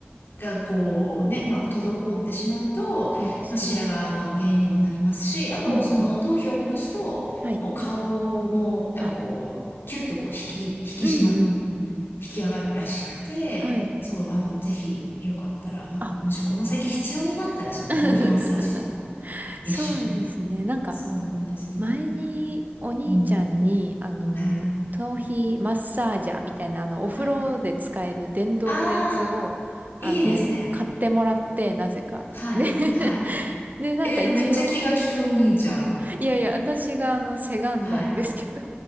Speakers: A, on the left (about 65°); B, on the right (about 45°).
A: がこうね、まあ、滞ってしまうと、
B: そうですね。
A: まあ、白髪の原因にもなりますし、あと、
B: うんうん。
A: その頭皮をほぐすと、
B: はい。
A: もう顔も、やっぱこう、
B: あ、
A: キュッてこう引き、引き締まる。
B: うんうんうんうん。
A: 引き上がるらしくて、
B: はい。
A: そう、あの、ぜひ、よかったら、もうもしこの先必要になったら、
B: あ
A: その頭皮マッサージと
B: <laughs>
A: 一緒に。
B: そうですね。なんか、
A: そうなんですよ。
B: 前にお兄ちゃんに、
A: うん。
B: あの、
A: はい。
B: 頭皮マッサージャーみたいな、あの、お風呂で使える電動のやつを、
A: はい。ああ、いいですね。
B: あの、買ってもらって、なぜか。
A: はい。
B: で、
A: はい。
B: <laughs> で、なんか一応、
A: えー、でもめっちゃ気が利くお兄ちゃん。
B: いやいや、私があの、せがんだんですけど、
A: はい。